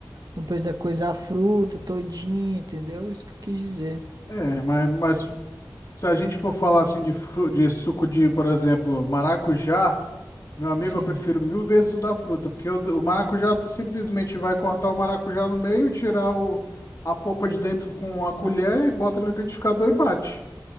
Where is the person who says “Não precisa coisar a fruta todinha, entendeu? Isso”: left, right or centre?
Right